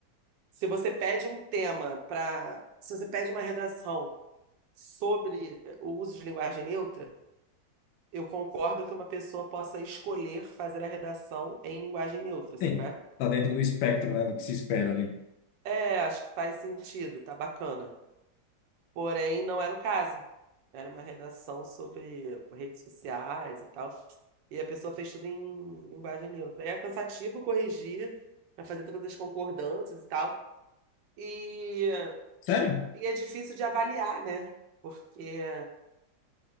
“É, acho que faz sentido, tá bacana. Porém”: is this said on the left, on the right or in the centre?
Right